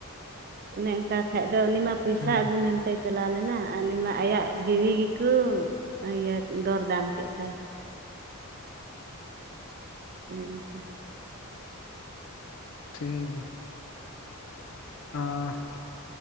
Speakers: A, on the right; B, on the left.
A: ᱚᱱᱮ ᱚᱱᱠᱟ ᱠᱷᱟᱡ ᱫᱚ ᱩᱱᱤ ᱢᱟ ᱯᱚᱭᱥᱟ
B: ᱦᱮᱸ
A: ᱟᱹᱜᱩ ᱢᱮᱱᱛᱮ ᱪᱟᱞᱟᱣ ᱞᱮᱱᱟ ᱟᱨ ᱩᱱᱤ ᱢᱟ ᱟᱭᱟᱜ ᱡᱤᱣᱤ ᱜᱮᱠᱚ ᱤᱭᱟᱹ ᱫᱚᱨ ᱫᱟᱢ ᱠᱮᱫ ᱛᱟᱭ᱾ ᱦᱮᱸ <unintelligible>
B: ᱴᱷᱤᱠ ᱜᱮᱭᱟ᱾ ᱟᱟ